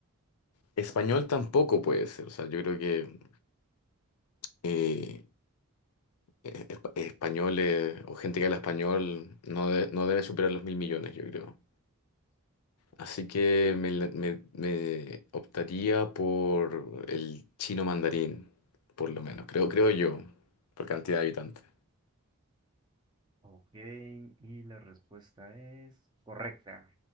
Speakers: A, on the left; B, on the right.
A: Español tampoco puede ser. O sea, yo creo que eh, eh, espa- españoles o gente que habla español no, de- no debe superar los mil millones, yo creo. Así que me, la- me- me optaría por el chino mandarín, por lo menos, creo, creo yo, por cantidad de habitantes.
B: Ok, y la respuesta es correcta.